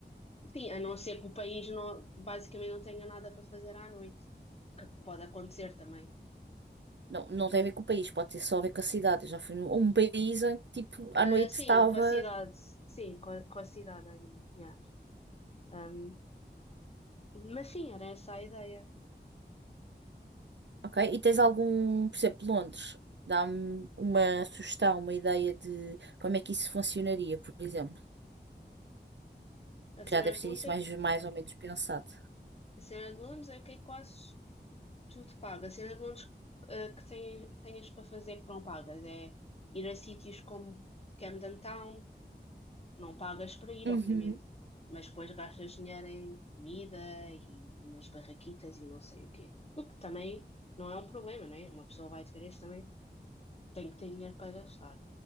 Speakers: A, on the left; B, on the right.
A: Sim, a não ser que o país não, basicamente não tenha nada para fazer à noite. Que pode acontecer também.
B: Não, não tem a ver com o país, pode ter só a ver com a cidade. Eu já fui num um país em que, tipo, à
A: Ah,
B: noite
A: sim,
B: estava.
A: com a cidade. Sim, com a, com a cidade. I yeah. Um, mas sim, era essa a ideia.
B: Ok, e tens algum, por exemplo, Londres, dá-me uma sugestão, uma ideia de como é que isso funcionaria, por exemplo.
A: A cena
B: Já deve
A: de
B: ser
A: Londres
B: isso mais,
A: é,
B: mais ou menos pensado.
A: a cena de Londres é que é quase tudo pago. A cena de Londres ah, que tens, tens para fazer que não pagas é ir a sítios como Camden Town, não pagas para ir,
B: Uhum.
A: obviamente, mas depois gastas dinheiro em comida e nas barraquitas e não sei o quê. O que também não é um problema, né? Uma pessoa vai de férias também tem que ter dinheiro para gastar.